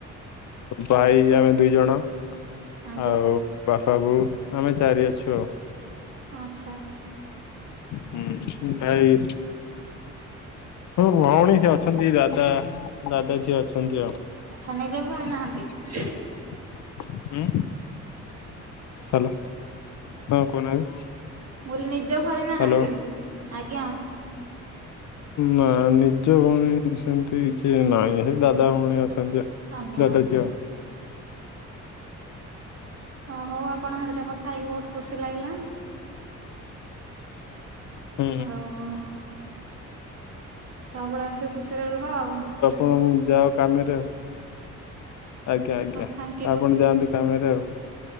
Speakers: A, on the left (about 75°); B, on the right (about 55°).
A: ଭାଇ ଆମେ ଦୁଇ ଜଣ।
B: ଆଜ୍ଞା
A: ଆଉ ବାପା ବୋଉ ଆମେ ଚାରି ଅଛୁ ଆଉ।
B: ଆଛା।
A: ହୁଁ ହୁଁ ଭାଇ ହଁ ଭଉଣୀ ଅଛନ୍ତି ଦାଦା ଦାଦା ଝିଅ ଅଛନ୍ତି। ସେମିତି
B: ଆଚ୍ଛା ନିଜ ଭଉଣୀ ନାହାନ୍ତି ମୁଁ
A: ଆଉ। ହୁଁ ହ୍ୟାଲୋ ହଁ କହୁନାହାନ୍ତି।
B: ମୁଁ କହିଲି ନିଜ ଭଉଣି ନାହାନ୍ତି
A: ହ୍ୟାଲୋ।
B: ଆଜ୍ଞା।
A: ନା ନିଜ ଭଉଣୀ ସେମତି କିଛି ନାହିଁ ସେଇ ଦାଦା ଭଉଣୀ ଅଛନ୍ତି ଜା।
B: ଆଜ୍ଞା
A: ଦାଦା ଝିଅ।
B: ଓ ହଉ ଆପଣ ସାଥିରେ କଥା ହେଇକି ବହୁତ ଖୁସି ଲାଗିଲା।
A: ହୁଁ।
B: ଆଉ ସବୁବେଳେ ଏମିତି ଖୁସିରେ ରୁହ ଆଉ।
A: ହଁ ହଉ ଯାଅ କାମରେ ଆଉ। ଆଜ୍ଞା ଆଜ୍ଞା
B: ଥ୍ୟାଙ୍କ ୟୁ
A: ଆପଣ ଯାଆନ୍ତୁ କାମରେ ଆଉ।